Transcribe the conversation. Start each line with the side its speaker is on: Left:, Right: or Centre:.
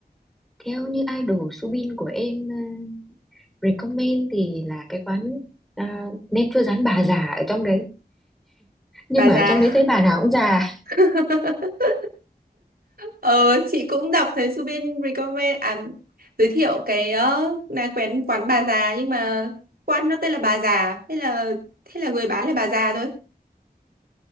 Centre: Theo như idol Subin của em ờ, recommend thì là cái quán à, nem chua rán bà già ở trong đấy. Nhưng
Right: Bà
Centre: mà
Right: già.
Centre: ở trong đấy thấy bà nào cũng già.
Right: <laughs> Ờ, chị cũng đọc thấy Subin recommend à, giới thiệu cái ờ, là quán quán bà già nhưng mà quán nó tên là bà già thế là thế là người bán là bà già thôi